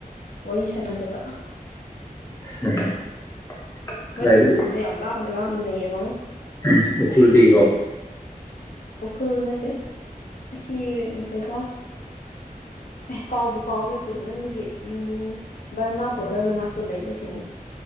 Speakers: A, on the left; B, on the left.
A: ꯋꯥꯔꯤ ꯁꯥꯟꯅꯗꯕ
B: <unintelligible> ꯀꯗꯥꯏꯗ
A: ꯃꯣꯏ ꯈꯨꯟꯗꯣ ꯌꯥꯝ ꯂꯥꯞꯅ ꯂꯥꯞꯅ ꯂꯩꯌꯦꯕꯀꯣ
B: ꯎꯝ ꯎꯈ꯭ꯔꯨꯜꯗꯒꯤꯔꯣ
A: ꯎꯈ꯭ꯔꯨꯜ ꯅꯠꯇꯦ ꯑꯁꯤ ꯀꯩꯕꯥ ꯀꯥꯎꯕꯨ ꯀꯥꯎꯒꯔꯦ ꯀꯨꯏꯃꯟꯕꯒꯤ ꯎꯝ ꯕꯔꯃꯥ ꯕꯣꯔꯗꯔ ꯃꯅꯥꯛꯇ ꯂꯩꯕꯁꯤꯡꯅꯤ